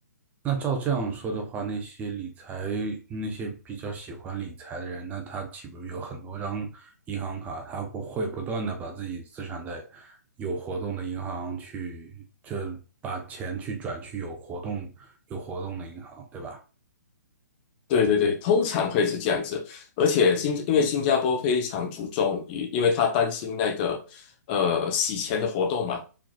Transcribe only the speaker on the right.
那照这样说的话，那些理财那些比较喜欢理财的人，那他岂不是有很多张银行卡？他不会不断的把自己资产在有活动的银行去，就把钱去转去有活动有活动的银行，对吧？